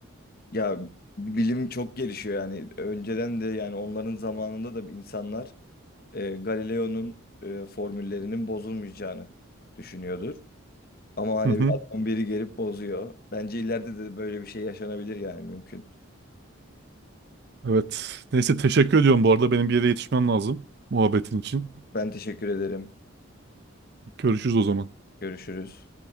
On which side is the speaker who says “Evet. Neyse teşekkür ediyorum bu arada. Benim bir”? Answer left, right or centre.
Right